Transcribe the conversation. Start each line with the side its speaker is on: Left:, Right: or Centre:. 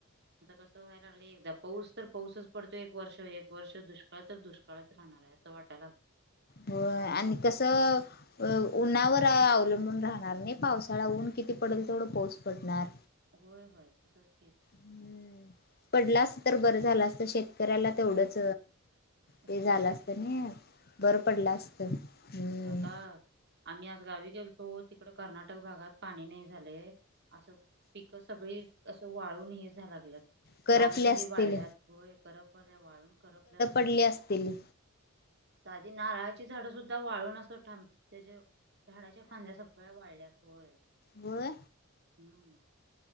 Right: आता कसं व्हाय लागय एकदा पाऊस तर पाऊसच पडतो एक वर्ष एक वर्ष दुष्काळ तर दुष्काळ. सकाळच राहणार आहे असं वाटयला लातं.
Left: हो आणि कसं. अ उन्हावर अवलंबून राहणार नाही पावसाळा ऊन किती पडेल तेवढं पाऊस पडणार.
Right: होय होय तसच क
Left: हम्म पडलास तर बरं झालं असत शेतकऱ्याला तेवढंच
Right: होय
Left: ते झालं असत ना बरं
Right: झाला
Left: पडलं असत हम्म
Right: आता आम्ही आज गावी गेलतो तिकड कर्नाटक भागात पाणी नाही झाले असं पिक सगळी असं वाळून हे जा लागल्यात
Left: करपले
Right: रानं सगळी
Left: असतील
Right: वाळल्यात हो करप वाळून करप
Left: पडली असतील
Right: साधी नारळाची झाडं सुद्धा वाळून असं धांप्या त्याच्या झाडाच्या फांद्या सगळ्या वाढल्यात होय
Left: होय
Right: हम्म